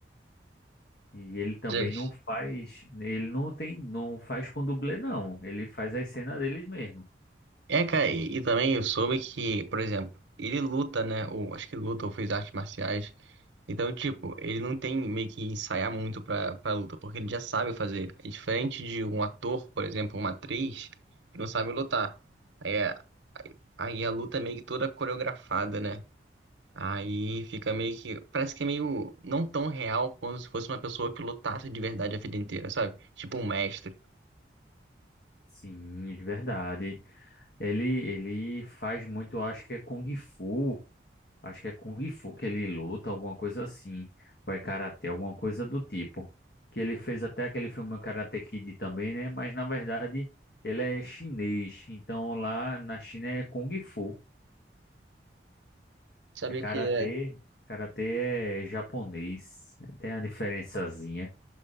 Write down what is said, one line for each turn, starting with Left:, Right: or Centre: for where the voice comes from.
Left: E ele também
Right: Gente,
Left: não faz, ele não tem, não faz com dublê, não. Ele faz as cenas deles mesmo.
Right: É, cara, e, e também eu soube que, por exemplo, ele luta, né? Ou acho que luta ou fez artes marciais. Então, tipo, ele não tem meio que ensaiar muito pra, pra luta, porque ele já sabe fazer. É diferente de um ator, por exemplo, uma atriz, que não sabe lutar. Aí, a- aí a luta é meio que toda coreografada, né? Aí fica meio que. Parece que é meio não tão real quanto se fosse uma pessoa que lutasse de verdade a vida inteira, sabe? Tipo um mestre.
Left: Sim, verdade. Ele, ele faz muito, eu acho que é Kung Fu. Acho que é Kung Fu que ele luta, alguma coisa assim. Ou é Karatê, alguma coisa do tipo. Que ele fez até aquele filme Karate Kid também, né? Mas na verdade ele é chinês. Então lá na China é Kung Fu.
Right: Sabia
Left: É Karatê.
Right: que é.
Left: Karatê é japonês. Tem a diferençazinha.